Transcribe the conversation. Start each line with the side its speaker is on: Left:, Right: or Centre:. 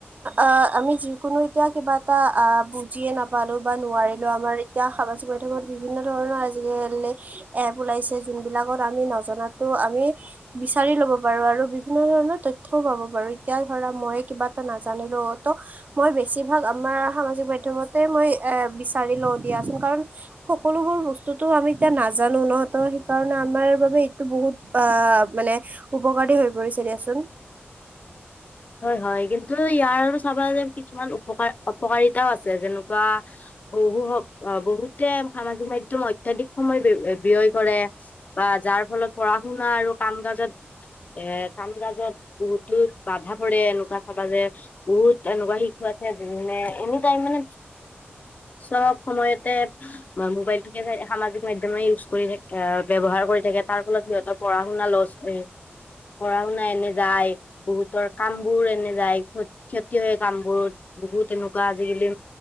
Right: আহ আমি যিকোনো এতিয়া কিবা এটা আহ বুজিয়ে নাপালো বা নোৱাৰিলো আমাৰ এতিয়া সামাজিক মাধ্যমত বিভিন্ন ধৰণৰ আজিকালি এপ ওলাইছে যোনবিলাকত আমি নজনাটো আমি বিচাৰি লব পাৰো আৰু বিভিন্ন ধৰণৰ তথ্যও পাব পাৰো এতিয়া ধৰা মই কিবা এটা নাজানিলো তো মই বেছিভাগ আমাৰ সামাজিক মাধ <unintelligible> মই এ বিচাৰি লও দিয়াচোন কাৰণ সকলোবোৰ বস্তুটো আমি এতিয়া নাজানো নহ ত' সেইকাৰণে আমাৰ বাবে এইটো বহুত আহ মানে উপকাৰী হৈ পৰিছে দিয়াচোন
Left: হয়, হয়, কিন্তু ইয়াৰ চাবা যে কিছুমান উপকাৰ অপকাৰিতাও আছে আছে যেনেকুৱা বহু হক আ বহুতে সামাজিক মাধ্যম অত্যাধিক সময় ব্যয় কৰে। বা যাৰ ফলত পঢ়া-শুনা আৰু কাম কাজত এ কামকাজত বহুতো বাধা <unintelligible> এনেকুৱা চাবা যে বহুত এনেকুৱা শিশু আছে জোনে এনিটাইম মানে চব সময়তে মোবাইল <unintelligible> সামাজিক মাধ্যমে ইউজ কৰি থ <unintelligible> ব্যৱহাৰ কৰি থাকে তাৰ ফলত সিহঁতৰ পঢ়া শুনা লছ <unintelligible> পঢ়া শুনা এনে যায় বহুতৰ কাম বোৰ এনে যায় ক্ষতি হয় কাম বোৰ বহুত এনেকুৱা আজিকালি